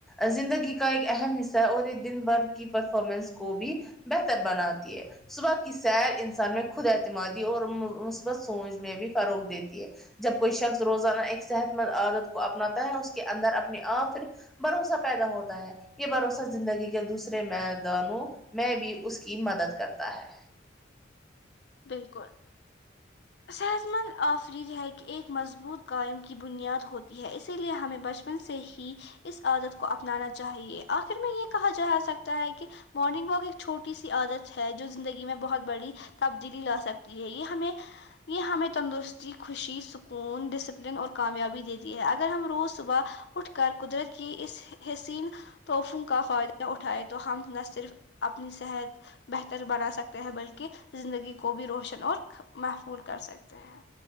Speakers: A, in the centre; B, on the left.
A: زندگی کا ایک اہم حصہ ہے اور یے دن بھر کی پرفارمنس کو بھی بہتر بناتی ہے صبح کی سیر انسان میں خود اعتمادی اور مثبت سوچ میں بھی فروغ دیتی ہے جب کوئی شخص روزانہ ایک صحت مند عادت کو اپناتا ہے اس کے اندر اپنے آپ پھر بھروسہ پیدا ہوتا ہے یے بھروسہ زندگی کے دوس رے میدانوں میں بھی اس کی مدد کرتا ہے
B: بالکل صحت مند آفرید ہے کی ایک مضبوط قائم کی بنیاد ہوتی ہے اسی لیے ہمیں بچ پن سے ہی اس عادت کو اپنانا چاہیے آخر میں یے کہا جا سکتا ہے کی مارننگ واک ایک چھوٹی سی عادت ہے جو زندگی میں بہت بڑی تبدیلی لا سکتی ہے یے ہمیں یے ہمیں تندرستی خوشی سکون ڈسپلن اور کامیابی دیتی ہے اگر ہم روز صبح اٹھ کر قدرت کی اس حسین توفوں کا فائدہ اٹھائے تو ہم نہ صرف اپنی صحت بہتر بنا سکتے ہیں بلکی زندگی کو بھی روشن اور محفول کر سکتے ہیں